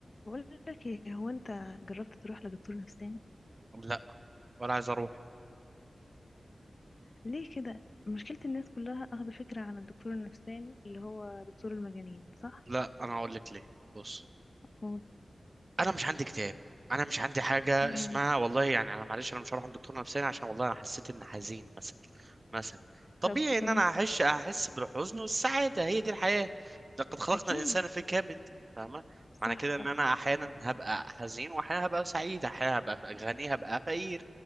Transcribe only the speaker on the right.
لا ولا عايز اروح
لا انا اقول لك ليه بص
انا مش عندي كتاب انا مش عندي حاجه
اسمها والله يعني انا معلش انا مش هروح عند دكتور نفساني عشان والله انا حسيت ان حزين مثلا مثلا طبيعي
ان
انا
هحش احس بالحزن والسعاده هي دي الحياه لقد خلقنا
الانسان في كبد فاهمه
معنى كده
ان انا احيانا هبقى حزين واحيانا هبقى سعيد احيانا هبقى ف- غني هبقى فقير